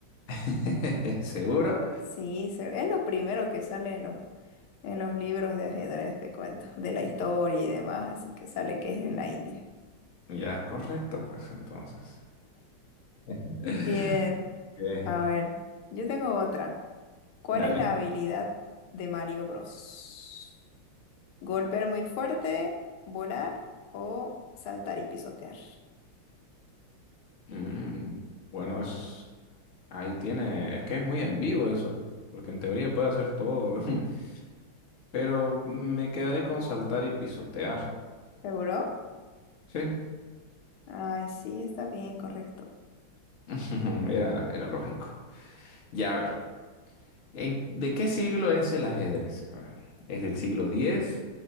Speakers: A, on the left; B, on the left.
A: <laughs> ¿Seguro?
B: Sí, se- es lo primero que sale en los, en los libros de ajedrez, te cuento, de la historia y demás, así que sale que es en la India.
A: Ya, correcto, pues entonces. Ok,
B: Bien. A ver, yo tengo otra. ¿Cuál
A: Dale.
B: es la habilidad de Mario Bros? ¿Golpear muy fuerte, volar o saltar y pisotear?
A: Mm, bueno, es, ahí tiene, es que es muy ambiguo eso, porque en teoría puede hacer todo, <laughs> pero me quedaré con saltar y pisotear.
B: ¿Seguro?
A: Sí,
B: Ay, sí, está bien, correcto.
A: <laughs> era, era lógico. Ya, a ver. ¿En- ¿De qué siglo es el ajedrez? A ver, ¿es del siglo diez,